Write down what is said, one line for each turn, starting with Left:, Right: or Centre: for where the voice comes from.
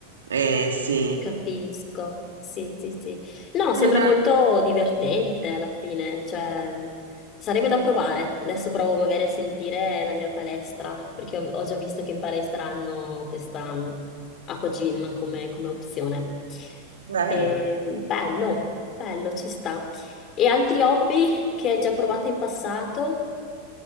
Right: Eh sì.
Left: Capisco, sì, sì, sì. No, sembra
Right: Mhm.
Left: molto divertente alla fine, cioè sarebbe da provare. Adesso provo magari a sentire la mia palestra, perché ho, ho già visto che in palestra hanno questa mh, acqua gym come, come opzione.
Right: Bello.
Left: E, bello, bello, ci sta. E altri hobby che hai già provato in passato?